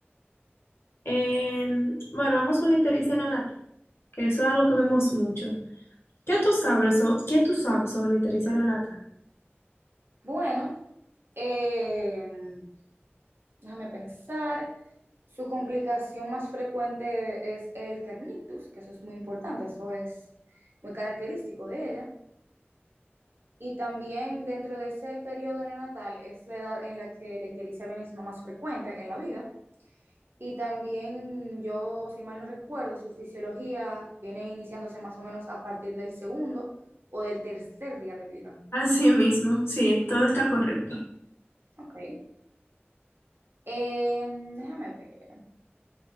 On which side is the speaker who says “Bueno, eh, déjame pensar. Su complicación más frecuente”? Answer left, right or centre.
Right